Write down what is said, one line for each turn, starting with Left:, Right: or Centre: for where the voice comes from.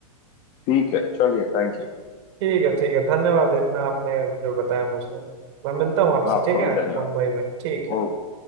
Left: ठीक है चलिए थैंक यू
Right: ठीक है ठीक है धन्यवाद इतना आपने जो बताया मुझे मैं मिलता हूँ आपसे
Left: आपका
Right: ठीक है
Left: भी धन्यवाद
Right: मुंबई में ठीक है
Left: ओके